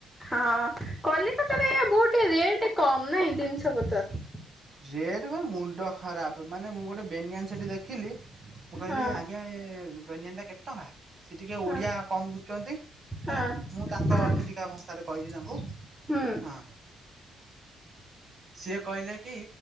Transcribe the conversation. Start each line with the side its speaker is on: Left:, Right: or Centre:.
Centre: ହଁ। କଲିକତାରେ ଏୟା ବହୁତ ଟିକେ ରେଟ୍ କମ୍ ନାଇଁ ଦିନିଷ ପତର।
Right: ରେଟ୍ ମାନେ ମୁଣ୍ଡ ଖରାପ। ମାନେ, ମୁଁ ଗୋଟେ ବେନିଆନ ସେଠି ଦେଖିଲି ମୁଁ କହିଲି
Centre: ହଁ।
Right: ଆଜ୍ଞା ଏ ବେନିଅନ୍ଟା କେତେ ଟଙ୍କା। ସେ ଟିକେ
Centre: ହଁ
Right: ଓଡିଆ କମ୍ ବୁଝୁଚନ୍ତି,
Centre: ହଁ
Right: ହେଲା। ମୁଁ ତାଙ୍କ
Centre: ହଁ
Right: ସେଠିକା ଭାଷାରେ କହିଚି ତାଙ୍କୁ।
Centre: ହୁଁ
Right: ହଁ। ସିଏ କହିଲେ କି